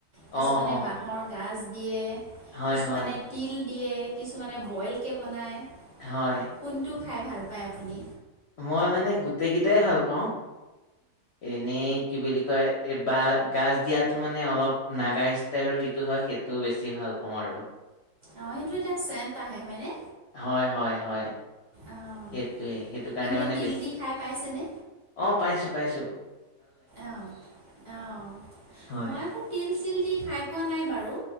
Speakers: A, on the right; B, on the left.
A: কিছুমানে
B: অ', অ',
A: বাঁহৰ গাজ দিয়ে।
B: হয়,
A: কিছুমানে
B: হয়,
A: তিল দিয়ে, কিছুমানে বইলকে বনায়।
B: হয়।
A: কোনটো খাই ভাল পায় আপুনি?
B: মই মানে গোটেই কেইটাই ভাল পাওঁ এনেই কি বুলি কয়, এই বা গাজ দিয়াটো মানে অলপ নাগা ষ্টাইলৰ যিটো হয় সেই- টো বেছি ভাল পাওঁ আৰু।
A: অঁ' সেইটো এটা চেণ্ট আহে হয় নে?
B: হয়' হয়' হয়'
A: অঁ
B: সেইটোৱে সেইটো কাৰণে
A: এনেই
B: মানে
A: তিল
B: বেছি।
A: দি খাই পাইছেনে?
B: অঁ' পাইছোঁ পাইছোঁ।
A: অঁ' অঁ'
B: হয়,
A: মই আকৌ তিল চিল দি খাই পোৱা নাই বাৰু।